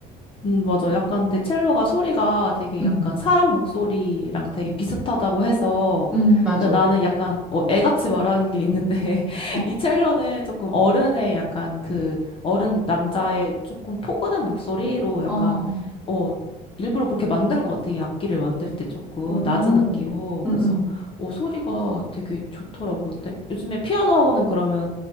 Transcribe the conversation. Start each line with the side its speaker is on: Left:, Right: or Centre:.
Left: 음, 맞아. 약간 근데 첼로가 소리가 되게
Centre: 응,
Left: 약간 사람 목소리랑 되게 비슷하다고 해서
Centre: 응, 맞아.
Left: 그 나는 약간 어, 애같이 말하는 게 있는데 <laughs>
Centre: 어,
Left: 이 첼로는 조금 어른의 약간 그 어른 남자의 조금 포근한 목소리로 약간
Centre: 어,
Left: 어 일부러 그렇게 만든 것 같아. 이 악기를 만들 때 조금
Centre: 오,
Left: 낮은 악기로.
Centre: 응,
Left: 그래서
Centre: 응.
Left: 어 소리가 되게 좋더라고. 근데 요즘에 피아노 하고는 그러면